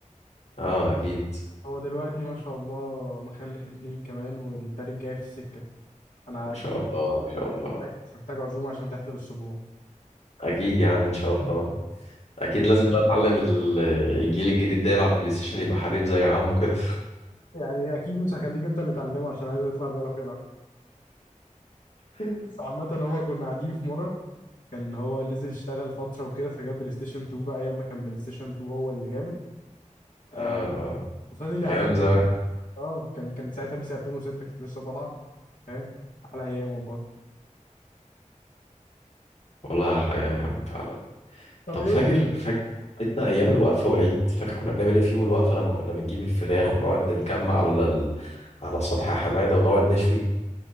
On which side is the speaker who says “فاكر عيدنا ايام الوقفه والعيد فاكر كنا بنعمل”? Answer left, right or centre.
Left